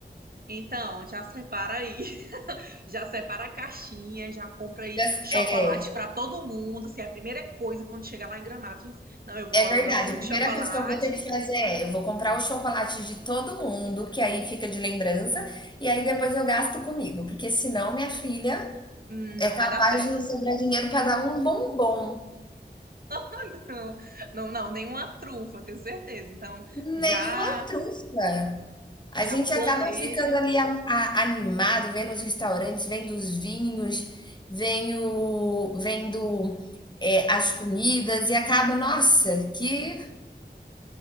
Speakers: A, on the right; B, on the left.
A: então, já separa aí. <laughs> Já separa a caixinha, já compra aí
B: Já-
A: chocolate
B: é,
A: para todo mundo. Se é a primeira coisa quando chegar lá em Gramado, você diz, não, eu vou
B: é
A: logo
B: verdade.
A: na loja
B: A primeira
A: de chocolate.
B: coisa que eu vou ter que fazer é, eu vou comprar o chocolate de todo mundo, que aí fica de lembrança, e aí depois eu gasto comigo, porque senão minha filha
A: Não
B: é capaz
A: vai dar certo.
B: de não sobrar dinheiro para dar um bombom
A: <laughs> Não, não, não, nenhuma trufa, eu tenho certeza. Então,
B: Nenhuma
A: já
B: trufa. A
A: já
B: gente
A: planeja
B: acaba ficando ali a- a- animado, vendo os restaurantes, vendo os vinhos, vem o- vendo é, as comidas e acaba, nossa, que